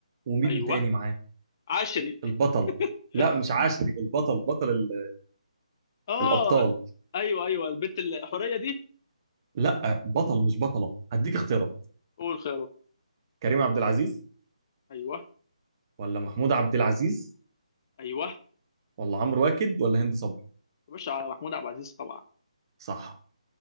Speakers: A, on the right; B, on the left.
A: ومين
B: ايوه
A: تاني معاه
B: عشري
A: البطل
B: <laughs>
A: لا مش عاشري البطل بطل ال-
B: اه
A: الأبطال
B: ايوه ايوه البت الحوريه دي
A: لا بطل مش بطلة هديك اختيارات
B: قول خيره
A: كريم عبد العزيز
B: ايوه
A: ولا محمود عبد العزيز
B: ايوه
A: ولا عمرو واكد ولا هند صبري
B: يا باشا محمود عبد العزيز طبعا
A: صح